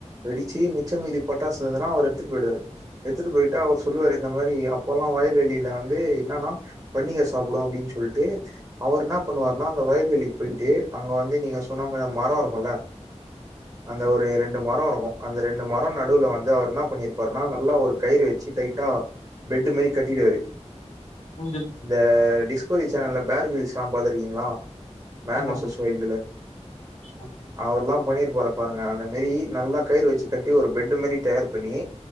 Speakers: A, on the right (about 30°); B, on the left (about 75°).
A: வெடிச்சு மிச்சமீதி பட்டாசதுனா அவர் எடுத்துட்டு போயிடுவாரு எடுத்துட்டு போயிட்டா அவர் சொல்லுவாரு இந்த மாரி அப்பல்லா வயல்வெளியில வந்து என்னன்னா பன்னீங்க சாப்புடு அப்டின்னு சொல்ட்டு அவர் என்ன பண்ணுவாருன்னா அந்த வயல்வெளிக்கு போய்ட்டு அங்க வந்து நீங்க சொன்ன மாரி மர இருக்குல்ல அந்த ஒரு ரெண் ண்டு மர இருக்கு அந்த ரெண்டு மர நடுவ்ல வந்து அவரு என்னா பண்ணிருப்பார்னா நல்லா ஒரு கயிறு வச்சு டைட்டா பெட்டு் மாரி கட்டிடுவாரு
B: ஊஞ்சல்
A: இந்த டிஸ்கவ்ரி சேனல்ல பேர்க்கிரிஸ்ல்லா பாத்துருக்கீங்களா மேன்
B: ஆமாமா,
A: வெஷஸ்
B: ஆமா.
A: வைல்ட்ல
B: ஆமா
A: அவர்ல்லா பண்ணிருபாரு பாருங்க அந்த மாரி நல்லா கயிறு வச்சு கட்டி ஒரு பெட் மாரி தயார் பண்ணி